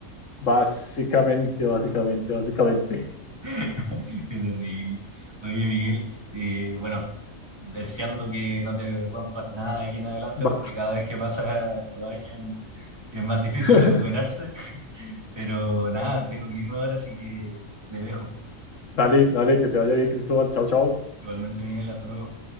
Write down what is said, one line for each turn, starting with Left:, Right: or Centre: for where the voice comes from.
Left: básicamente, básicamente, básicamente.
Right: <laughs> Qué terrible. Oye, Miguel, eh, bueno, deseando que no te rompas nada de aquí en adelante,
Left: Va.
Right: porque cada vez que pasan los años es más difícil
Left: <laughs>
Right: recuperarse. <laughs> Pero nada, tengo que irme ahora, así que te dejo.
Left: Dale, dale, que te vaya bien, Cristóbal, chao, chao.
Right: Igualmente, Miguel, hasta luego.